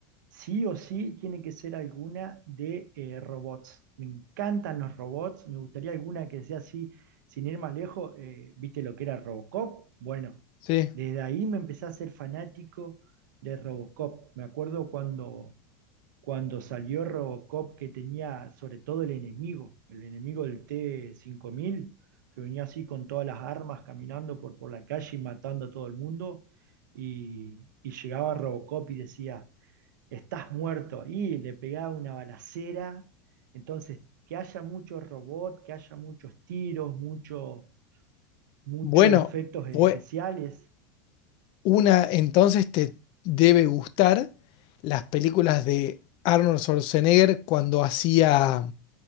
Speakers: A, on the right; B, on the left.
A: Sí o sí tiene que ser alguna de eh, robots. Me encantan los robots, me gustaría alguna que sea así, sin ir más lejos, eh, ¿viste lo que era Robocop? Bueno,
B: Sí.
A: desde ahí me empecé a ser fanático de Robocop. Me acuerdo cuando, cuando salió Robocop que tenía sobre todo el enemigo, el enemigo del t cinco mil que venía así con todas las armas caminando por, por la calle y matando a todo el mundo, y, y llegaba Robocop y decía estás muerto. Y le pegaba una balacera. Entonces, que haya mucho robot, que haya muchos tiros, mucho, muchos
B: Bueno,
A: efectos especiales.
B: pues una entonces te debe gustar las películas de Arnold Schwarzenegger cuando hacía